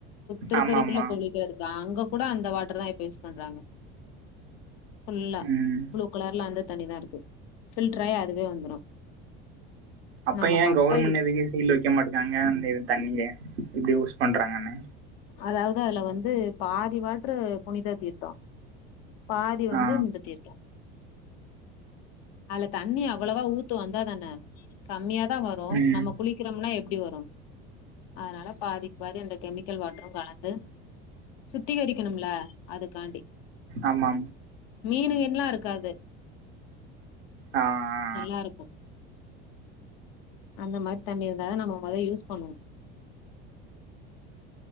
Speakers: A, on the left; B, on the right.
A: திருப்பதிக்குள்ள
B: ஆமா ஆமா
A: குளிக்கிறதுக்கு அங்க கூட அந்த வாட்ரு தா இப்ப யூஸ் பண்றாங்க ஃபுல்லா
B: ம்
A: ப்ளூ கலர்ல அந்த தண்ணி தா இருக்கு ஃபில்ட்ரு ஆயி அதுவே வந்துரு
B: அப்ப
A: நம்ம
B: ஏன்
A: மக்கள்
B: கவுர்மெண்ட் எதுக்கு சீல் வைக்க மாட்டேக்காங்க அந்த இது தண்ணியில இப்டி யூஸ் பண்றாங்கன்னு
A: அதாவ்து அதுல வந்து பாதி வாட்ரு புனித தீர்த்தொ பாதி வந்து
B: ஆ
A: இந்த தீர்த்தொ அல தண்ணி அவ்வளவா ஊத்து வந்தாதான கம்மியா தா வரு
B: ம்
A: நம்ம குளிக்கிறம்னா எப்டி வரு அதனால பாதி பாதி அந்தகெ க்கலவாட்ரூ கலந்து சுத்திகரிக்கணும்ல அதுக்காண்டி
B: ஆமா ஆமா
A: மீனுகீன்ல்லா இருக்காது
B: ஆ ஆ
A: நல்லாருக்கூ அந்த மாரி தண்ணி இருந்தாதா நம்ம மொத யூஸ் பண்ணுவோ